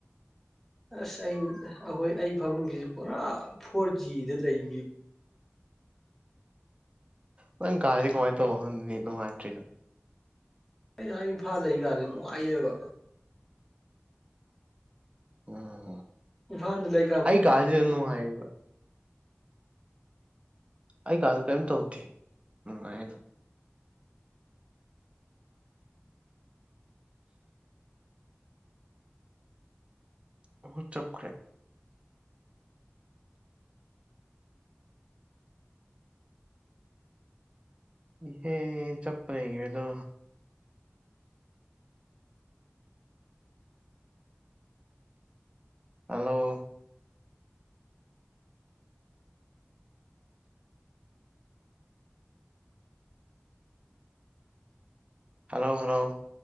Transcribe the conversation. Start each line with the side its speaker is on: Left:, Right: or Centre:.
Centre: ꯑꯁ ꯑꯩ ꯑꯩꯈꯣꯏ ꯑꯩ ꯐꯃꯨꯡꯖꯤꯖꯨ ꯄꯨꯔꯥ ꯐꯣꯔ ꯖꯤꯗ ꯂꯩꯅꯤ
Right: ꯅꯪ ꯀꯥꯖꯦ ꯀꯃꯥꯏ ꯇꯧꯕꯅꯣ ꯈꯪꯗꯦ ꯅꯦꯠ ꯅꯨꯡꯉꯥꯏꯇ꯭ꯔꯦ
Centre: ꯑꯩ ꯑꯥ ꯏꯝꯐꯥꯜꯗ <unintelligible> ꯅꯨꯡꯉꯥꯏꯅꯦꯕ
Right: ꯑꯣ
Centre: ꯏꯝꯐꯥꯜꯗ <unintelligible>
Right: ꯑꯩ ꯀꯥꯖꯤꯅ ꯅꯨꯡꯉꯥꯏꯔꯤꯕ ꯑꯩ ꯀꯥꯖꯦ ꯀꯔꯤꯝ ꯇꯧꯗꯦ ꯅꯨꯡꯉꯥꯏꯌꯦ ꯑꯗꯨꯝ ꯎ ꯍꯨꯡ ꯆꯞꯈ꯭ꯔꯦ ꯏꯍꯦ ꯆꯞꯄꯥ ꯂꯩꯒ꯭ꯔꯦꯗꯣ ꯍꯜꯂꯣ ꯍꯜꯂꯣ ꯍꯜꯂꯣ